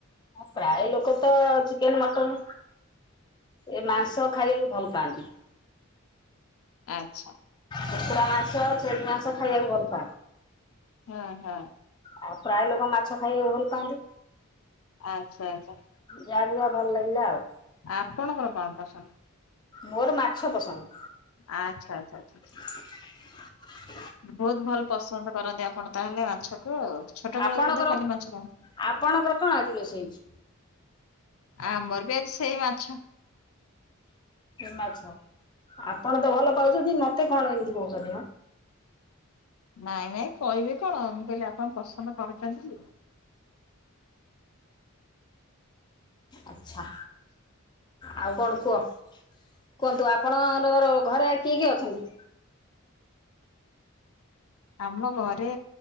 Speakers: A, on the left (about 20°); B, on the left (about 75°).
A: ପ୍ରାୟ ଲୋକ ତ ଚିକେନ ମଟନ୍ ଏ ମାଂସ ଖାଇବାକୁ ଭଲ ପାଆନ୍ତି।
B: ଆଚ୍ଛା।
A: କୁକୁଡା ମାସ, ଛେଳି ମାସ, ଖାଇବାକୁ ଭଲ ପାଉ।
B: ହଁ, ହଁ।
A: ଆଉ ପ୍ରାୟ ଲୋକ ମାଛ ଖାଇବାକୁ ଭଲ ପାଆନ୍ତି।
B: ଆଚ୍ଛା। ଆଚ୍ଛା।
A: ଯାହାକୁ ଯିବା ଭଲ ଲାଗିଲା ଆଉ।
B: ଆପଣଙ୍କର କଣ ପସନ୍ଦ?
A: ମୋର ମାଛ ପସନ୍ଦ।
B: ଆଚ୍ଛା ଆଚ୍ଛା। ଆଛ।
A: <inaudible>
B: ବହୁତ ଭଲ ପସନ୍ଦ କରନ୍ତି ଆପଣ ତାହେଲେ ମାଛକୁ ଆ ଛୋଟ
A: ଆପଣଙ୍କର
B: ବେଳ ତ ଖାଲି ମାଛ ଖଆନ୍ତି।
A: ଆପଣଙ୍କର କଣ ଆଜି ରଷ ହେଇଛି?
B: ଆମର ବି ଆଜି ସେଇ ମାଛ।
A: ମାଛ ଆପଣ ତ ଭଲ ପାଉଛନ୍ତି। ମତେ କଣ ଏମିତି କହୁଛନ୍ତି ମ?
B: ନାଇଁ ନାଇଁ କହିବି କଣ ମୁଁ କହିଲି ଆପଣ ପସନ୍ଦ କରୁଛନ୍ତି।
A: ଆଚ୍ଛା। ଆଉ କଣ କୁହ କୁହନ୍ତୁ? ଆପଣ ଘରେ କିଏ କିଏ ଅଛନ୍ତି?
B: ଆମ ଘରେ